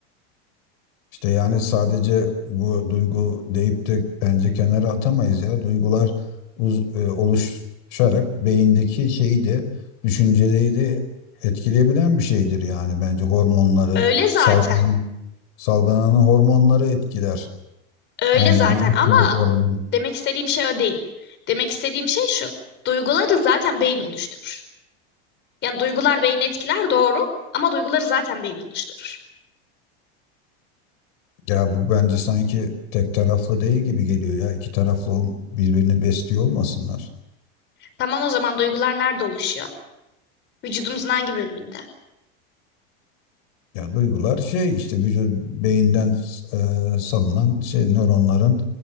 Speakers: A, on the left; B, on the left.
A: İşte yani sadece bu duygu deyip de bence kenara atamayız ya. Duygular uz- e, oluşarak beyindeki şeyi de düşünceleri de etkileyebilen bir şeydir yani bence hormonları
B: Öyle zaten.
A: salgılanan, salgılanan hormonları etkiler.
B: Öyle
A: Hani
B: zaten
A: gü- mutluluk
B: ama
A: hormonu
B: demek istediğim şey o değil. Demek istediğim şey şu. Duyguları zaten beyin oluşturur. Yani duygular beyni etkiler doğru ama duyguları zaten beyin oluşturur.
A: ya bu bence sanki tek taraflı değil gibi geliyor ya. İki taraflı ol- birbirini besliyor olmasınlar.
B: Tamam o zaman duygular nerede oluşuyor? Vücudumuzun hangi bölümünde?
A: Ya duygular şey işte vücut beyinden e, salınan şey nöronların